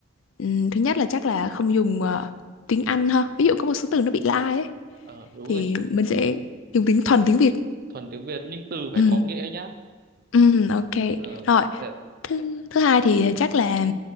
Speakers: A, on the left; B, on the right.
A: Ừm, thứ nhất là chắc là không dùng ờ, tiếng Anh ha ví dụ có một số từ nó bị lai ấy
B: Ờ, đúng
A: thì
B: rồi
A: mình sẽ dùng tiếng thuần tiếng Việt
B: thuần tiếng Việt nhưng từ phải
A: ừ.
B: có nghĩa nhá.
A: Ừm, ok.
B: Ờ,
A: Rồi,
B: ờ,
A: thứ thứ hai thì ờ, chắc là